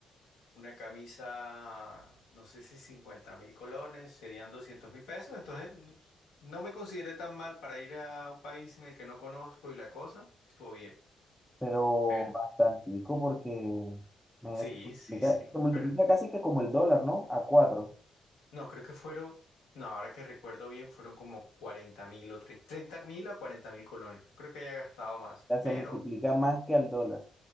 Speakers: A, on the left; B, in the centre.
A: Una camisa, no sé si cincuenta mil colones, serían doscientos mil pesos. Entonces, mm, no me consideré tan mal para ir a un país en el que no conozco y la cosa estuvo bien.
B: pero
A: Pero,
B: bastantico porque, imagínate,
A: sí,
B: se multiplica,
A: sí, sí.
B: se multiplica
A: Pero,
B: casi que como el dólar, ¿no? A cuatro.
A: no, creo que fueron, no, ahora que recuerdo bien, fueron como cuarenta mil o treinta mil a cuarenta mil colones. No creo que haya gastado más.
B: ya se
A: Pero,
B: multiplica más que al dólar.